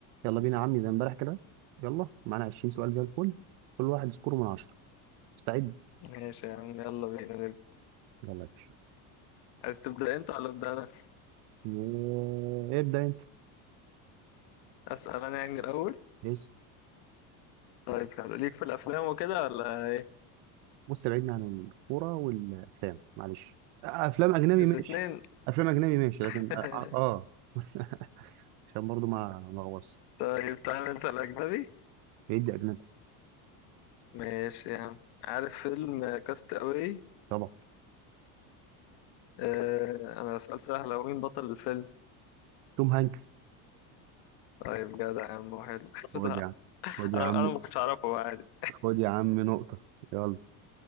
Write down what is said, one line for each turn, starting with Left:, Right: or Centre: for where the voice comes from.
Right: يلا بينا يا عمي زي امبارح كده يلا معانا 20 سؤال زي الفل كل واحد سكوره من 10 مستعد
Left: ماشي يا عم يلا بينا نبدأ
Right: يلا يا باشا
Left: عايز تبدأ انت ولا أبدأ أنا؟
Right: و- ابدا انت
Left: أسأل أنا يعني الأول؟
Right: بص
Left: طيب حلو ليك في الأفلام وكده ولا إيه؟
Right: بص بعدنا عن الكوره والافلام معلش افلام اجنبي
Left: الاتنين
Right: ماشي افلام اجنبي ماشي
Left: <laughs>
Right: لكن اه آه. <laughs> عشان برضو ما ما اغوص
Left: طيب تعالى نسأل أجنبي
Right: بعيد اجنبي
Left: ماشي يا عم عارف فيلم كاست أواي؟
Right: طبعا
Left: آه أنا سؤال سهل هو مين بطل الفيلم؟
Right: توم هانكس
Left: طيب جدع يا عم حلو <laughs>
Right: خد
Left: صح
Right: يا عم خد يا
Left: أنا
Right: عم
Left: أنا ما كنتش أعرفه هو عادي
Right: خد يا عم نقطه يلا